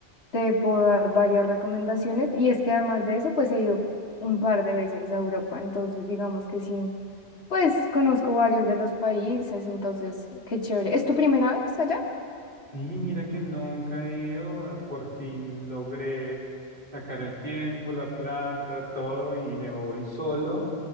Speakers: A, on the left (about 70°); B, on the right (about 50°).
A: te puedo dar varias recomendaciones. Y es que además de eso, pues he ido un par de veces a Europa, entonces digamos que sí, pues conozco varios de los países, entonces, qué chévere. ¿Es tu primera vez allá?
B: Sí, mira que nunca he ido, ah, por fin logré sacar el tiempo, la plata, todo y me voy solo